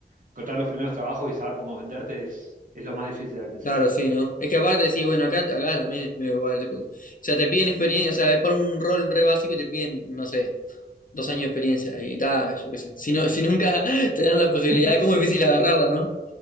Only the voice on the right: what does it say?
encontrar los primeros trabajos y saber cómo venderte es, es lo más difícil al principio.
<laughs>
Sí,